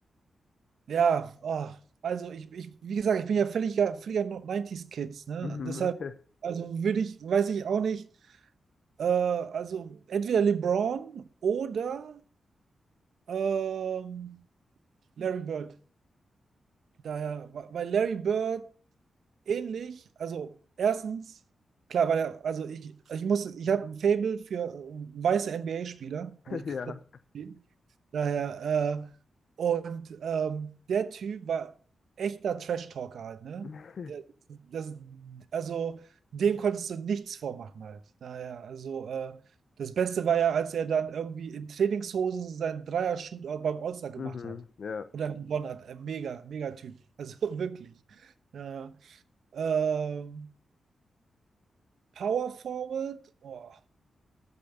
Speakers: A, on the right; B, on the left.
A: ja, ah, also ich, ich, wie gesagt, ich bin ja völliger, völliger 90s-Kids, ne?
B: <laughs>
A: Deshalb, also würde ich, weiß ich auch nicht, äh, also entweder LeBron oder ähm, Larry Bird. Daher, weil Larry Bird ähnlich, also erstens, klar, weil er, also ich, ich muss, ich habe ein Faible für äh, weiße NBA-Spieler, muss ich
B: Ja.
A: <laughs> Daher, äh, und ähm, der Typ war echter Trash-Talker halt, ne?
B: <laughs>
A: Der, das, also dem konntest du nichts vormachen halt. Daher, also äh, das Beste war ja, als er dann irgendwie in Trainingshosen seinen Dreier-Shootout beim All-Star gemacht
B: Mhm.
A: hat.
B: Ja.
A: Und dann gewonnen hat. Äh, mega, mega Typ. Also <laughs> wirklich. Naja. Ähm, Power Forward, oh,